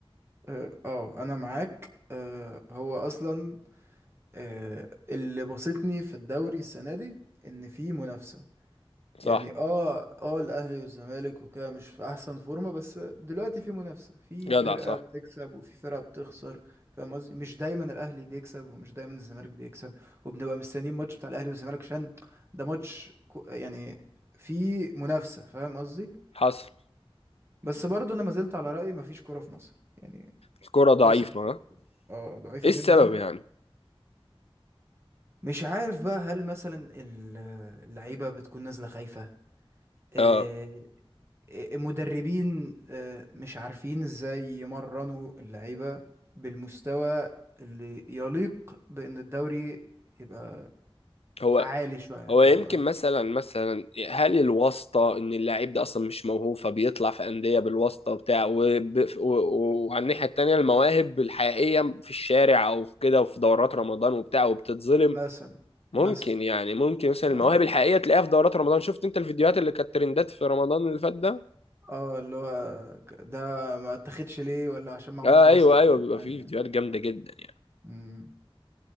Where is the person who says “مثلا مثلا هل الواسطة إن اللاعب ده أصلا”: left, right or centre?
Left